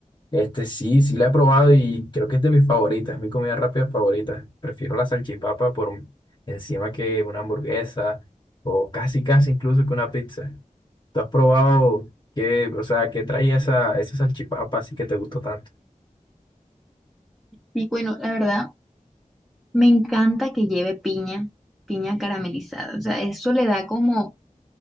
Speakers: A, on the left (about 35°); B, in the centre.
A: Este sí, sí la he probado y creo que es de mis favoritas, es mi comida rápida favorita. Prefiero la salchipapa por un- encima que una hamburguesa o casi casi incluso que una pizza. ¿Tú has probado qué, o sea, qué traía esa, esa salchipapa así que te gustó tanto?
B: Y bueno, la verdad. Me encanta que lleve piña, piña caramelizada. O sea, eso le da como,